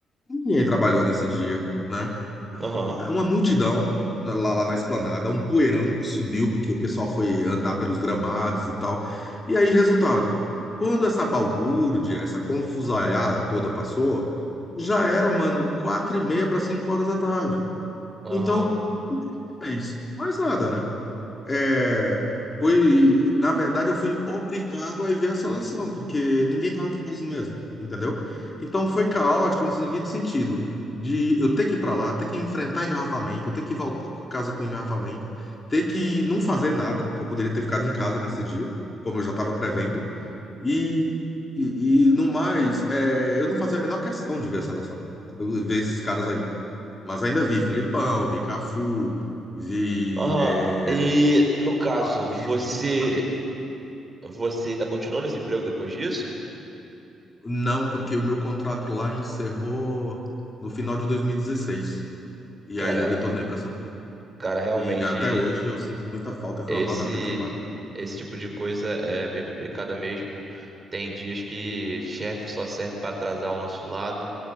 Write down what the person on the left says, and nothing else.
Ninguém trabalhou nesse dia, né?
Uma multidão na- lá, lá na esplanada, um poeirão que subiu, porque o pessoal foi andar pelos gramados e tal. E aí, resultado, quando essa balbúrdia, essa confusaiada toda passou, já era, mano, quatro e meia para cinco horas da tarde.
Então, o que a gente fez? Mais nada, né? É, foi, na verdade, eu fui obrigado a ir ver a seleção, porque ninguém estava trabalhando mesmo, entendeu? Então foi caótico no seguinte sentido, de eu ter que ir para lá, ter que enfrentar engarrafamento, eu ter que voltar para casa com engarrafamento, ter que não fazer nada, eu poderia ter ficado em casa nesse dia, como eu já estava prevendo, e, e, e no mais, é, eu não fazia a menor questão de ver a seleção, entendeu? Ver esses caras aí. Mas ainda vi Filipão, vi Cafu, vi.
é,
Vampeta,
vê se tá tudo aí.
Não, porque o meu contrato lá encerrou no final de 2016. E dezesseis. E
aí eu retornei para São Paulo.
E até hoje eu sinto muita falta, que
eu amava aquele trabalho, cara.